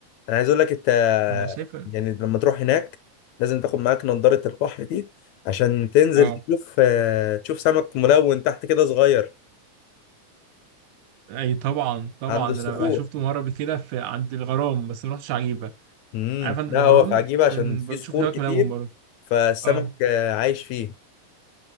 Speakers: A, on the left; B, on the right.
A: انا عايز اقول لك انت
B: أنا شايفة
A: يعني لما تروح هناك لازم تاخد معاك نضارة البحر دي عشان تنزل
B: اه
A: تشوف آه، تشوف سمك ملون تحت كده صغير
B: أي طبعا طبعا
A: عند الصخور
B: أنا بقى شفته مرة قبل كده في عند الغرام بس ما رحتش عجيبة
A: امم
B: عارف عند
A: لا
B: الغرام
A: هو في عجيبة عشان
B: كان
A: في
B: بنشوف
A: صخور
B: هناك
A: كتير
B: ملون برضه
A: فالسمك
B: اه
A: آه، عايش فيه